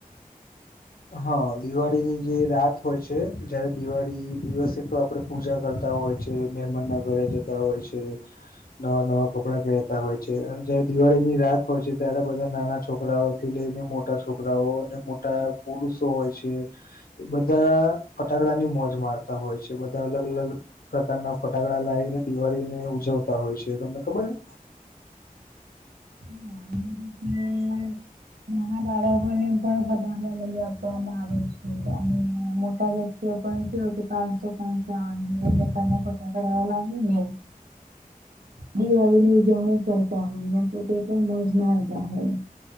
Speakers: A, on the left; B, on the right.
A: હા દિવાળીની જે રાત હોય છે જયારે દિવાળી દિવસે તો આપડે પૂજા કરતા હોય છે મહેમાનના ઘરે જતા હોય છે. નવા નવા કપડા પહેરતા હોય છે અને જયારે દિવાળીની રાત હોય છે ત્યારે બધા નાના છોકરાઓ થી લઈને મોટા છોકરાઓ અને મોટા પુરુષો હોય છે. એ બધા ફટાકડાની મોજ મારતા હોય છે બધા અલગ અલગ પ્રકારના ફટાકડા લાવીને દિવાળીને ઉજવતા હોય છે તમને ખબર છે.
B: ના
A: <inaudible>
B: <inaudible> નાના બાળકોને પણ ઘટાદાર લઈ આપવામાં આવે છે અને મોટા જે તે પણ પાંચસો પાંચસોનીના ફટાકડા લાવે ની ને દિવાળીની ઉજવણી કરતા હોય એમ તોતે પણ મોજ માર માર્યો ગયા હોય